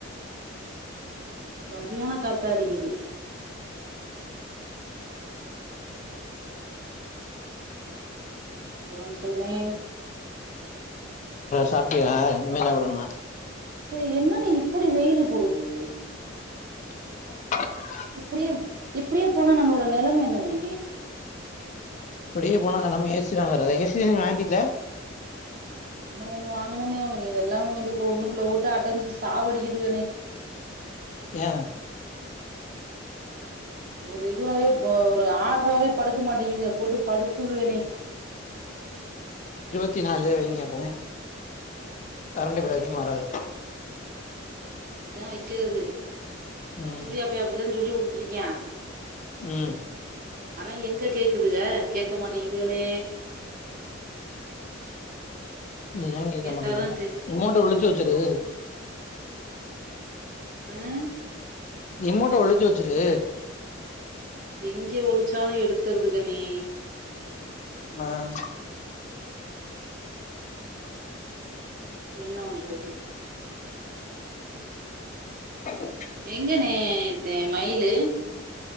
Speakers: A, on the right (about 50°); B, on the left (about 40°).
A: சரியான கத்த அடிக்குது அப்புறம் சொல்னே
B: சாப்பிட்யா இனிமே சாப்பிடணுமா
A: சேரி என்னன்ன இப்படி வெயிலு போடுது
B: <inaudible>
A: இப்படியே இப்படியே போனா நம்மளோட நிலம என்னன்னே
B: இப்படியே போனாங்க நம்ம ஏசி வாங்கறத ஏசிலா வாங்கிட்ல
A: இன்னும் ஒண்ணு வாங்கணும்னே இத எல்லாமே குள்ள ஒண்ணுக்குள்ளே ஓட்டு அடைஞ்சு சாவடிக்குதுகனே
B: ஏன்
A: ஒரு இதுவாவே ஒரு ஆட்ராவே படுக்க மாட்டேங்குதுக போட்டு படுத்துகனே
B: பத்தி நாலுல கரண்ட் பில் அதிகமா வராது
A: அப்புடித்தான் வைக்கிறது
B: ம்
A: சூர்யாப்பா அப்படிதான் சொல்லி் கொடுத்துருக்கியான்
B: உம்
A: ஆனா எங்க கேக் துக கேட்க மாட்டேங்குதுகளே
B: ஏன் கேக்க
A: கேட்டாதா
B: மாட்டேங்துக
A: தெ
B: ரிமோட்ட உள்ள தூக்கி வச்சிரு
A: ஹம்
B: ரிமோட்ட ஒழிச்சு வச்சுரு
A: எங்க ஒளிச்சாலும் எடுத்துருதுகனே
B: ஆஹ்
A: என்ன பண்றது
B: <inaudible>
A: எங்கனே மைலு